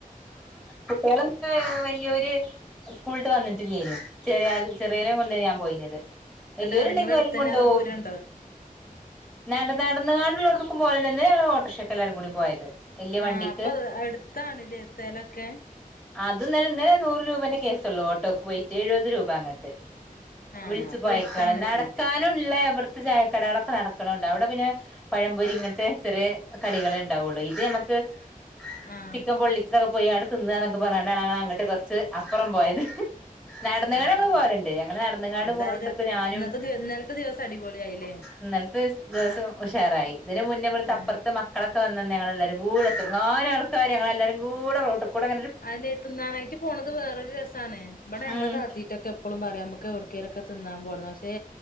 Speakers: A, in the centre; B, on the left.
A: കുട്ടികള് വല്യൊരു സ്കൂളട്ട് വന്നിട്ടില്ലായിലോ. ചെറിയ ചെറിയലം
B: ആ
A: കൊണ്ട് ഞാ പോയിത് വലിയരുണ്ടെങ്കി
B: എന്നിട്ട് നിങ്ങളെ അടുത്തന്നെ
A: ഓരേം കൊണ്ടോവും.
B: അതോ ദൂരണ്ടോ
A: നട നടന്നുകാണ്ടുള്ളോടത്തക്കും പോലന്നെ ഞ ഓട്ടോർഷൈക്കല്ല ആർും കൂടി പോയത് വലിയ വണ്ടിക്ക്
B: ആഹ അപ്പൊ അടുത്താണല്ലേ സ്ഥലൊക്കെ
A: അത് നിലന്നന്ന് നൂറ് രൂപേന്റെ കേസള്ളൂ ഓട്ടോക്ക് പോയിട്ട് എഴുപത് രൂപ അങ്ങോട്ട്
B: ആ
A: വിളിച്ചു
B: അപ്പൊ
A: പോയേക്കാണ്
B: അടുത്താണല്ലോ
A: നടക്കാനുംഉള്ള ത്ത് ചായക്കടകളൊക്കെ നടക്കണണ്ട് അവിടെ പിന്നെ പഴമ്പൂരി ഇങ്ങനത്തെ ചെറിയ കടികളെ ഉണ്ടാവുള്ളൂ ഇത് നമുക്ക് <unintelligible>
B: ആ
A: ചിക്കൻ പൊള്ളിച്ചതൊക്കെ പോയി തിന്ന എന്നൊക്കെ പറഞ്ഞ ങ്ങ അങ്ങോട്ട് കുറച്ച് അപ്പുറം പോയത് നടന്നുകാണ്ട്
B: ആഹ്
A: ഞങൾ
B: ആഹ്
A: പോലുണ്ട് ഞങ്ങൾ നടന്ന കാാണ്ട്
B: എന്തായാലും
A: പോണടുത്തക്ക ഞാനും
B: ഇന്നത്തെ ദിവ ഇന്നലത്തെ ദിവസം അടിപൊളിയായില്ലേ
A: ഇന്നലത്തെ ദിവസം ഉഷാറായി ഇതിന് മുന്നേ നമ്മൾ തപ്പുറത്ത്
B: ഉം
A: മക്കളെെ വ ഞങ്ങളെല്ലരും കൂടെങ്ങാന ആൾക്കാര് ഞങ്ങളെല്ലാരും കൂടെ റോട്ടുകുടെ
B: അല്ലെ തിന്നാനായിട്ട് പോണത് വേറൊരു രസാണ് ഇവിടെ ഞങ്ങള്
A: ഉം
B: താത്തിട്ടൊക്കെ എപ്പോഴും പറയാം നമുക്ക് കൊടുക്കയിലൊക്കെ തിന്നാൻ പോ പക്ഷെ